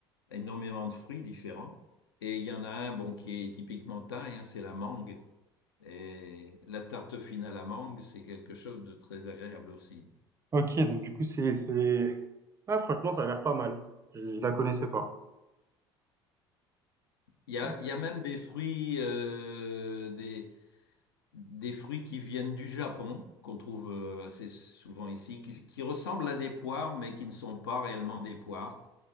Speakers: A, on the left; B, on the right.
A: énormément de fruits différents. Et il y en a un bon, qui est typiquement thaï, hein, c'est la mangue. Et la tarte fine à la mangue, c'est quelque chose de très agréable aussi.
B: Ok, donc du coup, c'est, c'est... Ah, franchement, ça a l'air pas mal. Je, je la connaissais pas.
A: Il y a,
B: Ok.
A: il y a même des fruits, euh, des, des fruits qui viennent du Japon, qu'on trouve euh, assez souvent ici, qui, qui ressemblent à des poires, mais qui ne sont pas réellement des poires.